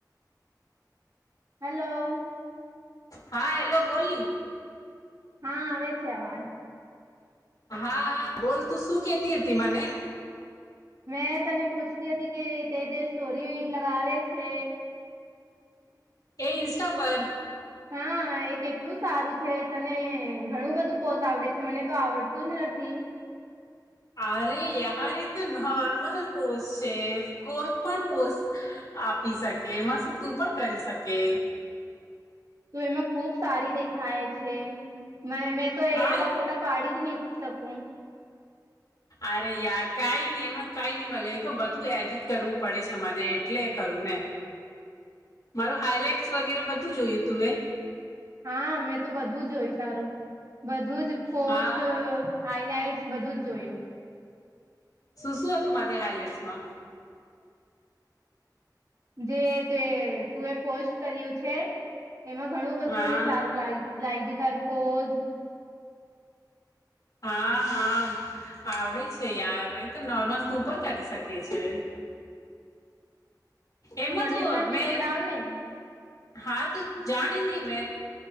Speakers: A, on the right (about 55°); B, on the left (about 55°).
A: હલો.
B: હા હેલો બોલની.
A: હા આવે છે અવાજ.
B: હા હા બોલ તું શું કેતી હતી મને?
A: મેં તને પૂછતી હતી કે તે જે સ્ટોરી લગાવે છે જે
B: એ ઇન્સ્ટા પર
A: હા એ કેટલું સારું છે તને ઘણું બધું પોઝ આવડે છે મને તો આવડતું જ નથી.
B: અરે યાર એ તો નોર્મલ પોસ્ટ છે. કોઈ પણ પોસ્ટ આપી શકે એમાં સૂતું પણ કરી શકે.
A: તું એમાં ખુબ સારી દેખાય છે. મે મેં તો એવા
B: હા
A: ફોટા પાડી જ ની શકું.
B: અરે યાર કાઈ ની એમાં કાઈ ની મલે એ તો બધું એડિટ <unintelligible> કરવું પડે છે મને એટલે કરું ને મારો હાઈલાઈટ વગેરે બધું જોયું તું એ?
A: હા મેં તો બધું જોય તારું. બધું જ પોસ્ટ
B: હા
A: હાઈલાઈટસ બધું જ જોયું.
B: શું શું હતું મારે હાઈલાઈટસમાં?
A: જે તે તું એ પોસ્ટ કર્યું છે. એમાં ઘણું બધું
B: હા
A: મને સારું લાઈ લાગયું. તારું પોઝ
B: હા હા આવડે છે યાર એત નોર્મલ તું પણ કરી શકે છે.
A: તું
B: એમાં
A: મને
B: તો
A: પણ શીખવડાવ
B: મેં
A: ને?
B: હા તુ જાણના ની મે